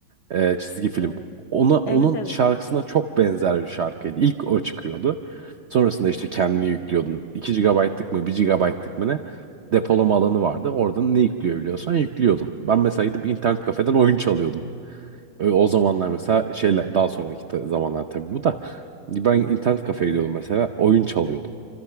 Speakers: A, on the right (about 60°); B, on the left (about 65°).
A: E, çizgi film.
B: Hmm.
A: Ona, onun
B: Evet evet.
A: şarkısına çok benzer bir şarkıydı. İlk o çıkıyordu. Sonrasında işte kendini yüklüyordun. 2 GB'lık mı bir GB'lık mı ne? depolama alanı vardı. Oradan ne yükleyebiliyorsan yüklüyordun. Ben mesela gidip internet kafeden oyun çalıyordum. Ö- O zamanlar mesela şeyle daha sonraki ta- zamanlar tabii bu da ben internet kafeye gidiyordum mesela oyun çalıyordum.